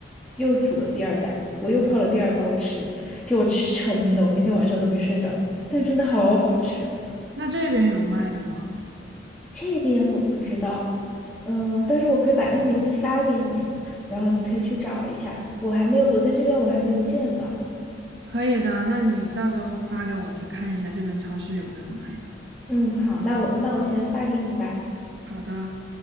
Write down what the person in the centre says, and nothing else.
又煮了第二袋，我又泡了第二包吃，给我吃撑的，我那天晚上都没睡着，但是真的好好吃。
这边我不知道，嗯、但是我可以把那个名字发给你，然后你可以去找一下。我还没有，我在这边我还没有见到。
嗯，好，那我那我先发给你吧。